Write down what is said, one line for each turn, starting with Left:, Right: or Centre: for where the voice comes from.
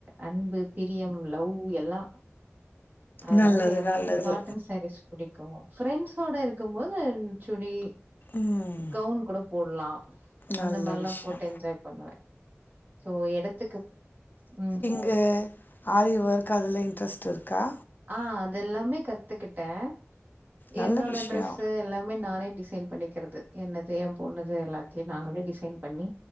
Right: அன்பு பிரியம் லவ் எல்லா அதனால
Left: நல்லது
Right: எனக்கு
Left: நல்லது
Right: காட்டன் சாரீஸ் பிடிக்கோம் ஃப்ரெண்ட்ஸோட இருக்கும் மோது சுடி
Left: ம்
Right: கவுன் கூட போட்லாம்
Left: நல்ல
Right: அந்த மார்லா
Left: விஷ்யோ
Right: போட்டு என்ஜாய் பண்ணுவேன் சோ இடதுக்கு ம்
Left: இது ஆரி ஒர்க் அதுல இன்ட்ரெஸ்ட் இருக்கா
Right: ஆ அதெல்லாமே கத்துக்கிட்டேன்
Left: நல்ல
Right: என்னோட
Left: விஷ்யோ
Right: ட்ரெஸ்ஸு எல்லாமே நானே டிசைன் பண்ணிக்கிறது என்னது என் பொண்ணுது எல்லாத்தையும் நாங்களே டிசைன் பண்ணி